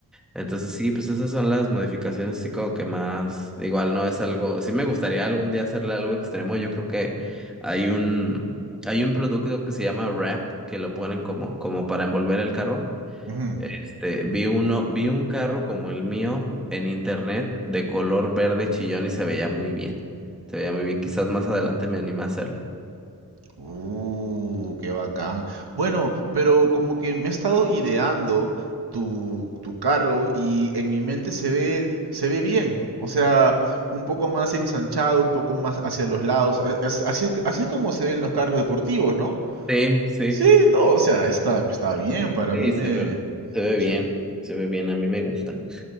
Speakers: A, in the centre; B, on the right (about 75°).
A: Entonces sí, pues esas son las modificaciones así como que más, igual no es algo, sí me gustaría algún día hacerle algo extremo, yo creo que hay un, hay un producto que se llama wrap, que lo ponen como, como para envolver el carro.
B: ujú.
A: Este, vi uno, vi un carro como el mío en internet de color verde chillón y se veía muy bien. Se veía muy bien, quizás más adelante me anime a hacerlo.
B: Uh, qué bacán. Bueno, pero como que me he estado ideando tu, tu carro y en mi mente se ve, se ve bien. O sea, un poco más ensanchado, un poco más hacia los lados. A- as- Así es, que- así es como se ven los carros deportivos, ¿no?
A: Sí, sí.
B: Sí, no, o sea, está, está bien, para
A: Sí,
B: mí me...
A: se ve, se ve
B: me
A: bien,
B: suena-
A: se ve bien, a mí me gustan.